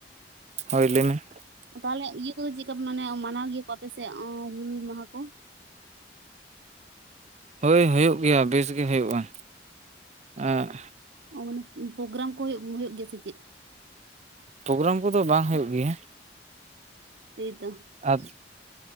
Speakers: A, on the right; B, on the right.
A: ᱦᱳᱭ ᱞᱟᱹᱭ ᱢᱮ?
B: ᱛᱟᱦᱮᱞᱮ ᱤᱭᱟᱹ ᱠᱚᱫᱚ ᱪᱮᱫ ᱠᱟ ᱢᱟᱱᱮ ᱢᱟᱱᱟᱣ ᱜᱮᱭᱟ ᱠᱚ ᱟᱯᱮᱥᱮᱜ ᱚᱸᱻ ᱦᱩᱞ ᱢᱟᱦᱟ ᱠᱚ?
A: ᱦᱳᱭ ᱦᱳᱭᱳᱜ ᱜᱮᱭᱟ, ᱵᱮᱥ ᱜᱮ ᱦᱳᱭᱳᱜ -ᱟ, ᱮᱸᱜ
B: ᱚᱱ ᱯᱳᱜᱟᱨᱟᱢ ᱠᱚ ᱦᱩᱭᱩᱜ, ᱦᱩᱭᱩᱜ ᱜᱮᱭᱟ ᱥᱮ ᱪᱮᱫ?
A: ᱯᱳᱜᱮᱨᱟᱢ ᱠᱳᱫᱳ ᱵᱟᱝ ᱦᱩᱭᱩᱜ ᱜᱮᱭᱟ,
B: ᱥᱟᱹᱭ ᱛᱚ
A: ᱟᱵ,